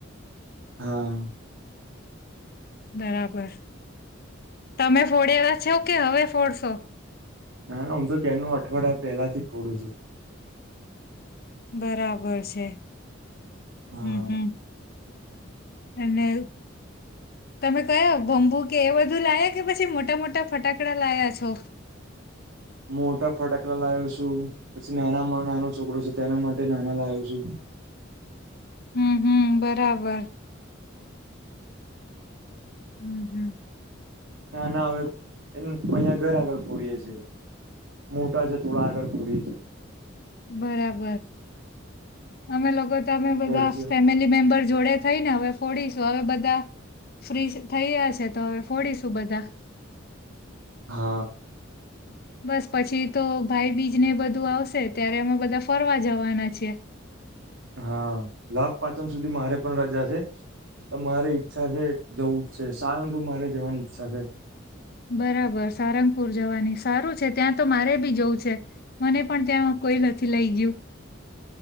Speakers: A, on the right (about 80°); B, on the left (about 50°).
A: હા
B: બરાબર તમે ફોડ્યાલા છો, કે હવે ફોડશો
A: ના ના હું તો કે નો અઠવાડિયા પહેલાથી ફોડું છું
B: બરાબર છે
A: હા
B: હમ્મ હમ્મ અને તમે કયો બોમબુ કે એ બધું લાયા કે પછી મોટા મોટા ફટાકડા લાયા છો
A: મોટા ફટાકડા લાવ્યો છું પછી નાના નાનો છોકરો છે તેના માટે નાના લાયો છું હ
B: હમ્મ હમ્મ બરાબર હમ્મ હમ્મ
A: ના ના હવે, એ અહ ઘર આગળ ફોડીયે છે. મોટા છે, થોડા આગળ ફોડીએીએ
B: બરાબર અમે લગત, અમે બધા
A: ઘરથી
B: ફેમિલી મેમ્બર જોડે થઈને હવે, ફોડીશું હવે બધા ફ્રી થઈયા છે, તો હવે ફોડીશું બધા
A: હા
B: બસ પછી તો ભાઈ બીજને બધુ, આવશે ત્યારે અમે બધા ફરવા જવાના છીએ
A: હા, લાભ પાચમ સુધી મારે પણ રજા છે. મારે ચ્છા છે, જવું જ છે. સારભુ મારે જવાની ઈચ્છા છે
B: બરાબર સારંગપુર જવાની સારુ છે. ત્યાં તો મારે બી જવું છે, મને પણ ત્યા કોઈ નથી લઈ ગયું